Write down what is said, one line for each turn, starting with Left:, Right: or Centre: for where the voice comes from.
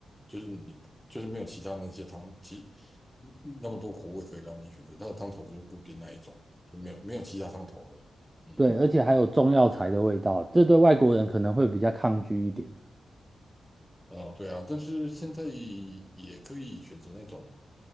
Centre: 就是你就是没有其他那些汤其嗯那么多口味可以让你选择，它的汤头就是固定那一种，就没有没有其他汤头了。嗯。
Right: 对，而且还有中药材的味道，这对外国人可能会比较抗拒一点。
Centre: 啊，对啊，但是现在也可以选择那种